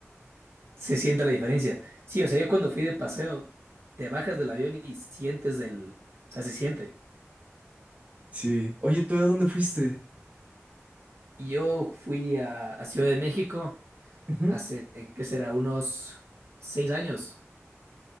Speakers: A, on the right; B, on the right.
A: se siente la diferencia. Sí, o sea, yo cuando fui de paseo, te bajas del avión y sientes el, o sea, se siente.
B: sí. Oye, ¿tú de dónde fuiste?
A: Y Yo fui a, a Ciudad de México
B: Ujú.
A: hace, ¿qué será? Unos seis años.